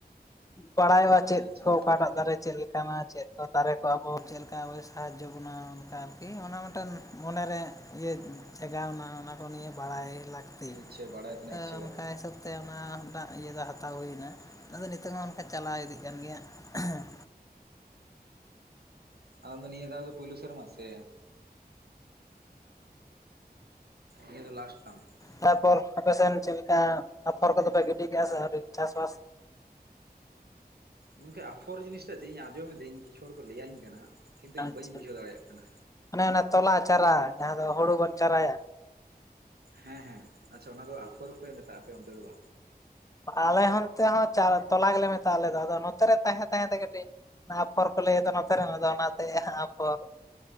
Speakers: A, on the left (about 20°); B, on the right (about 75°).
A: ᱵᱟᱲᱟᱭᱚᱜᱼᱟ
B: ᱟᱪᱪᱷᱟ
A: ᱪᱮᱫ
B: ᱟᱪᱪᱷᱟ
A: ᱠᱚ ᱚᱠᱟ ᱴᱟᱜ ᱫᱟᱨᱮ ᱪᱮᱫ ᱞᱮᱠᱟᱱᱟ, ᱪᱮᱫ ᱠᱚ ᱫᱟᱨᱮ ᱠᱚ ᱟᱵᱚ ᱪᱮᱫ ᱞᱮᱠᱟ ᱥᱵᱚᱭ ᱥᱟᱦᱟᱡᱽᱡᱚ ᱵᱚᱱᱟ ᱚᱱᱠᱟ᱾ ᱠᱤ ᱚᱱᱟ ᱢᱤᱫᱴᱮᱱ ᱢᱚᱱᱮᱨᱮ ᱤᱭᱟᱹ ᱡᱟᱜᱟᱣᱱᱟ ᱚᱱᱟ ᱠᱚ ᱱᱤᱭᱟᱹᱮ ᱵᱟᱲᱟᱭ ᱞᱟᱹᱠᱛᱤ᱾
B: ᱤᱪᱪᱷᱟᱹ ᱵᱟᱲᱟᱭ ᱛᱮᱱᱟᱜ
A: ᱚᱱᱠᱟ
B: ᱤᱪᱪᱷᱟᱹ ᱵᱟᱝ᱾
A: ᱦᱤᱥᱟᱹᱵ ᱛᱮ ᱚᱱᱟ ᱴᱟᱜ ᱤᱭᱟᱹ ᱫᱚ ᱦᱟᱛᱟᱣ ᱦᱩᱭᱱᱟ᱾ ᱟᱫᱚ ᱱᱤᱛᱚᱝ ᱦᱚᱸ ᱚᱱᱠᱟ ᱪᱟᱞᱟᱣ ᱤᱫᱤᱜ ᱠᱟᱱ ᱜᱮᱭᱟ᱾ ᱦᱮᱸ᱾
B: ᱟᱢ ᱫᱚ ᱱᱤᱭᱟᱹ ᱫᱷᱟᱣ ᱜᱮ ᱯᱩᱭᱞᱩ ᱥᱮᱨᱢᱟ ᱥᱮ ᱱᱤᱭᱟᱹ ᱫᱚ ᱞᱟᱥᱴ ᱛᱟᱢ᱾
A: ᱛᱟᱨᱯᱚᱨ ᱟᱯᱮᱥᱱ ᱪᱮᱫ ᱞᱮᱠᱟ ᱟᱯᱷᱚᱨ ᱠᱚᱫᱚᱯᱮ ᱜᱤᱰᱤ ᱠᱮᱜᱼᱟ ᱥᱮ ᱟᱣᱨᱤ ᱪᱟᱥ ᱵᱟᱥ?
B: ᱜᱚᱝᱠᱮ ᱟᱯᱷᱚᱨ ᱡᱤᱱᱤᱥᱴᱟᱜ ᱪᱮᱫ ᱤᱧ ᱟᱸᱡᱚᱢᱮᱫᱟᱹᱧ ᱠᱤᱪᱷᱩ ᱦᱚᱲ ᱠᱚ ᱞᱟᱹᱭᱟᱹᱧ ᱠᱟᱱᱟ, ᱠᱤᱱᱛᱩ
A: ᱟᱪᱪᱷᱟ
B: ᱤᱧ ᱵᱟᱹᱧ ᱵᱩᱡᱷᱟᱹᱣ ᱫᱟᱲᱮᱭᱟᱜ ᱠᱟᱱᱟ᱾
A: ᱚᱱᱮ ᱚᱱᱟ ᱛᱚᱞᱟ ᱪᱟᱨᱟ ᱡᱟᱦᱟᱸ ᱫᱚ ᱦᱩᱲᱩ ᱵᱚᱱ ᱪᱟᱨᱟᱭᱟ᱾
B: ᱦᱮᱸ ᱦᱮᱸ ᱟᱪᱪᱷᱟ ᱚᱱᱟ ᱫᱚ ᱟᱯᱷᱚᱨ ᱯᱮ ᱢᱮᱛᱜᱟᱜᱼᱟ ᱟᱯᱮ ᱚᱱᱛᱮ ᱫᱚ ᱵᱟᱝ᱾
A: ᱟᱞᱮ ᱦᱟᱱᱛᱮ ᱦᱚᱸ ᱪᱟᱨ ᱛᱚᱞᱟ ᱜᱮᱞᱮ ᱢᱮᱛᱟᱜᱼᱟ ᱟᱞᱮ ᱫᱚ ᱟᱫᱚ ᱱᱚᱛᱮ ᱨᱮ ᱛᱟᱦᱮᱸ ᱛᱟᱦᱮᱸ ᱛᱮ ᱠᱟᱹᱴᱤᱡ ᱚᱱᱟ ᱯᱷᱚᱨ ᱠᱚ ᱞᱟᱹᱭᱟ ᱛᱚ ᱱᱚᱛᱮᱨᱮᱱ ᱟᱫᱚ ᱚᱱᱟᱛᱮ ᱟᱯᱷᱚᱨ